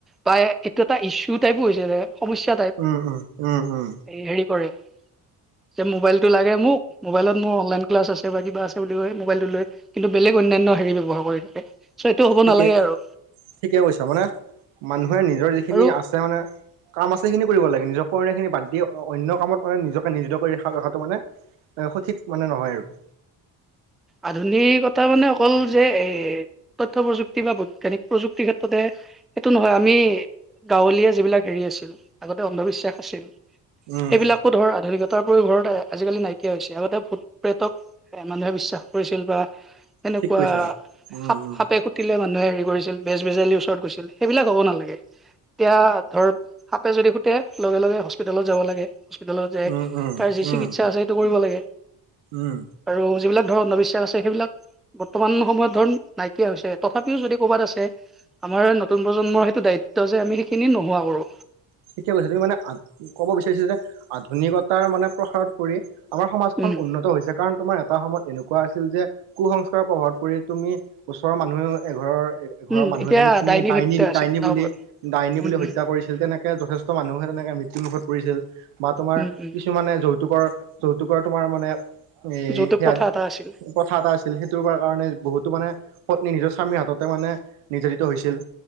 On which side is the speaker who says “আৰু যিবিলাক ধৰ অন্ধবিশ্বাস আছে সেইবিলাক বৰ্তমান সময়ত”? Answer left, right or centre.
Centre